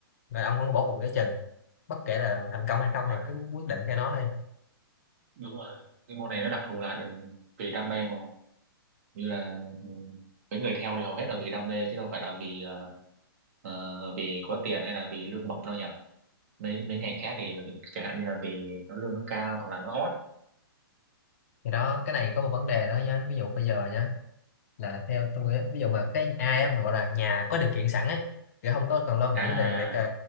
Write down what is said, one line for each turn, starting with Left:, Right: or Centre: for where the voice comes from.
Left: rồi ông không có bỏ cuộc giữa chừng bất kể là thành công hay không
Right: rồi
Left: thì cứ quyết định theo nó đi
Right: đúng rồi cái môn này nó đặc thù là đừng- vì đam mê mà như là ừ, mấy người theo thì hầu hết là vì đam mê chứ đâu phải là vì ờ, ờ, vì có tiền hay là vì lương bổng đâu nhỉ mấy mấy ngành khác thì vì- chẳng hạn như là vì nó lương nó cao hoặc là nó hot
Left: thì đó cái này có một vấn đề đó nhá ví dụ bây giờ nhá là theo tôi á ví dụ mà cái ai á mà gọi là nhà có điều kiện sẵn ấy thì không có cần lo nghĩ
Right: à
Left: về việc ờ,